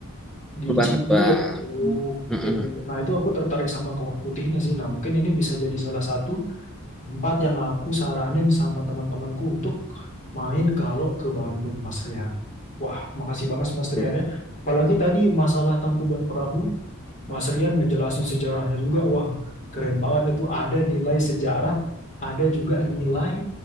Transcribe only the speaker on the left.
Di
Ciwidey
ya. Oke.
Nah, itu aku tertarik sama kawah putihnya sih. Nah, mungkin ini bisa jadi salah satu tempat yang aku saranin sama teman-temanku untuk main kalau ke Bandung, Mas Rian. Wah, makasih banget Mas Rian
ya. Apalagi tadi masalah Tangkuban Perahu, Mas Rian ngejelasin sejarahnya juga. Wah, keren banget itu. Ada nilai sejarah, ada juga nilai